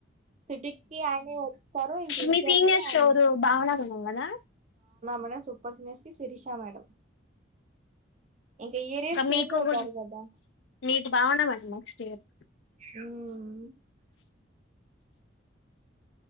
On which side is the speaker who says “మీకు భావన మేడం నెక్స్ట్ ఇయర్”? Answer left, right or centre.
Left